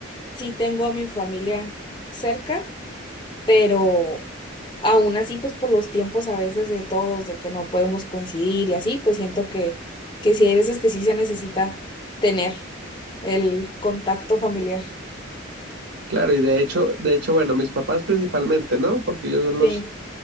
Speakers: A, on the left (about 25°); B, on the right (about 80°).
A: sí tengo a mi familia cerca, pero aún así, pues por los tiempos a veces de todos, de que no podemos coincidir y así, pues siento que, que sí hay veces que sí se necesita tener el contacto familiar.
B: Claro, y de hecho, de hecho, bueno, mis papás principalmente, ¿no? Porque ellos son
A: Sí.
B: los